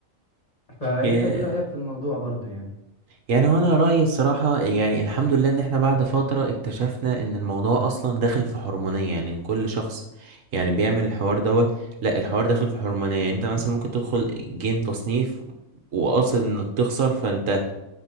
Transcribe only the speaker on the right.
امم
يعني وانا رأيي الصراحة يعني الحمد لله ان احنا بعد فترة اكتشفنا ان الموضوع اصلا داخل في حرمانية يعني لكل شخص يعني بيعمل الحوار دوت لا الحوار داخل في حرمانية يعني انت مثلا ممكن تدخل جيم تصنيف وقاصد انك تخسر فانت